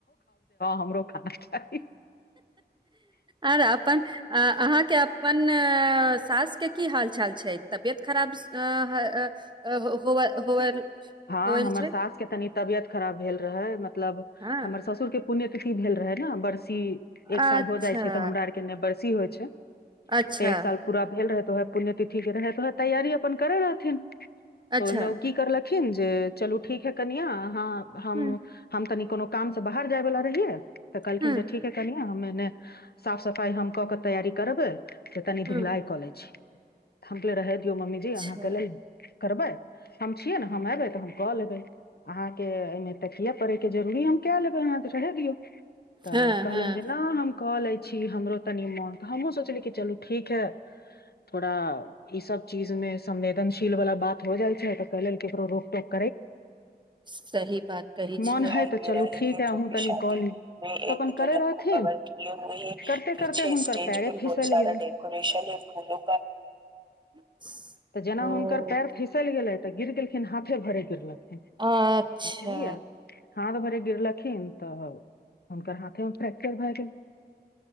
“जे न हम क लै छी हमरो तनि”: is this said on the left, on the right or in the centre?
Left